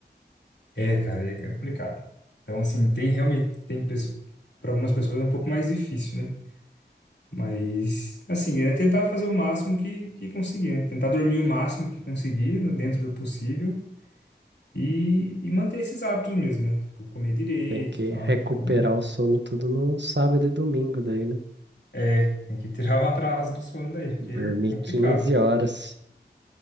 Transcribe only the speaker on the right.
Tem que
recuperar
o sono tudo no sábado e domingo daí, né?
Dormir
15 horas.